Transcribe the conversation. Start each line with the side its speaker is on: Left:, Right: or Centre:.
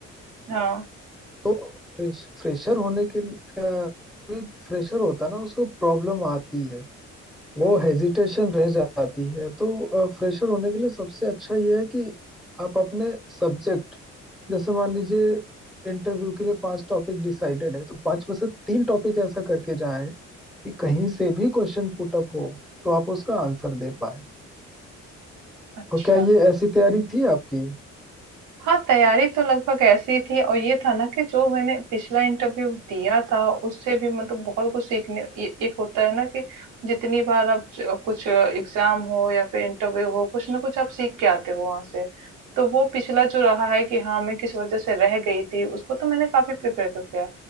Right: हाँ
Centre: तो फ्रेश फ्रेशर होने के लिए फ्रेशर होता है ना उसको प्रॉब्लम आती है वो हेजिटेशन रह जाती है तो फ्रेशर होने के लिए सबसे अच्छा ये है कि आप अपने सब्जेक्ट जैसे मान लीजिए इंटरव्यू के लिए पांच टॉपिक डिसाइडेड है तो पांच में से तीन टॉपिक ऐसा करके जाएं कि कहीं से भी क्वेश्चन पुटअप हो तो आप उसका आंसर दे पाए
Right: अच्छा
Centre: तो क्या ये ऐसी तैयारी थी आपकी
Right: हाँ, तैयारी तो लगभग ऐसी थी और ये था ना कि जो मैंने पिछला इंटरव्यू दिया था उससे भी मतलब बहुत कुछ सीखने ए- एक होता है ना कि जितनी बार आप ज- कुछ एग्जाम हो या फिर इंटरव्यू हो कुछ ना कुछ आप सीख के आते हो वहां से तो वो पिछला जो रहा है कि हाँ मैं किस वजह से रह गई थी उसको तो मैंने काफी प्रिपेयर कर दिया